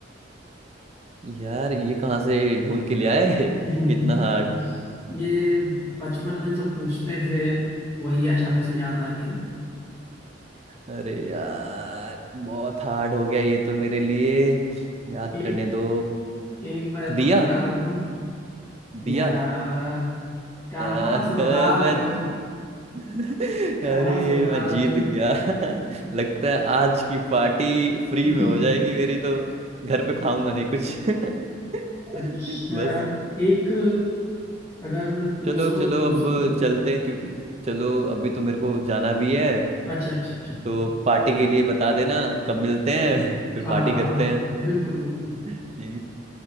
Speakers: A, on the right; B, on the left.
A: यार ये कहाँ से ढूंढ के ले आए <laughs>
B: हम्म,
A: इतना हार्ड
B: ये बचपन में सब पूछते थे वही अचानक से याद आ गया
A: अरे यार बहुत हार्ड हो गया ये तो मेरे लिए याद
B: एक
A: करने दो
B: एक पैर
A: दिया
B: पर खड़ा रहता हूँ यार
A: दिया
B: कहाँ
A: आह,
B: से बता
A: मैं
B: रहे हो
A: <laughs>
B: कहाँ
A: अरे
B: से बता
A: मैं जीत
B: रहे हो
A: गया <laughs> लगता है आज की पार्टी फ्री
B: <laughs>
A: में हो जाएगी मेरी तो घर पे खाऊंगा नहीं कुछ <laughs>
B: अच्छा
A: बस
B: एक अगर पूछ
A: चलो
B: सको
A: चलो
B: तो पूछ
A: अब
B: सकते हो
A: चलते हैं क्योंकि चलो अभी तो मेरे को जाना भी है
B: अच्छा अच्छा अच्छा
A: तो पार्टी के लिए बता देना कब मिलते हैं <laughs> फिर पार्टी
B: हाँ हाँ
A: करते
B: हाँ
A: हैं
B: बिल्कुल बिल्कुल
A: <laughs> ठीक